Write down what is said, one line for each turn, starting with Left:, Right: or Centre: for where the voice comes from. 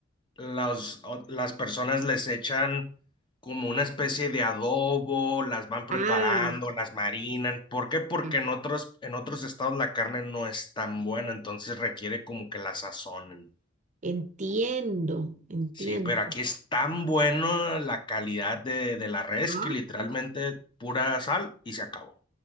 Left: las, o- las personas les echan como una especie de adobo, las van preparando,
Right: Ah,
Left: las marinan. ¿Por qué? Porque
Right: ya.
Left: en otros, en otros estados la carne no es tan buena, entonces requiere como que la sazonen.
Right: Entiendo, entiendo.
Left: Sí, pero aquí es tan bueno la calidad de, de la res
Right: Ah.
Left: que literalmente pura sal y se acabó.